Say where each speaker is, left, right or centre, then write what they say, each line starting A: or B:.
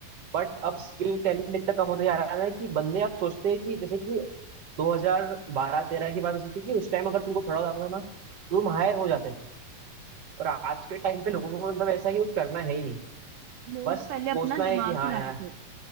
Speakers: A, on the right (about 35°); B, on the right (about 75°).
A: बट अब स्किल टैलेंट इतना कम होता जा रहा है ना कि बंदे आप सोचते हैं कि जैसे कि 2012-13 की बात ऐसी थी कि उस टाइम अगर तुमको थोड़ा आता था ना तो तुम हायर हो जाते थे और आज के टाइम पे लोगों को मतलब ऐसा यूज करना है ही नहीं
B: लोग
A: बस
B: पहले
A: सोचना
B: अपना दिमाग
A: है कि हाँ
B: चला
A: यार
B: के